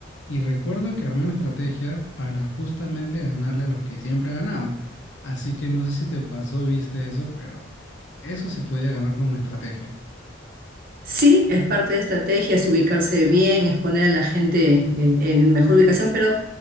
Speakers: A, on the left (about 75°); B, on the right (about 45°).
A: Y recuerdo que armé una estrategia para justamente ganarle a los que siempre ganaban. Así que no sé si te pasó, viste eso, pero eso se podía ganar como estrategia.
B: Sí, es parte de estrategias, ubicarse bien, es poner a la gente en, en mejor ubicación, pero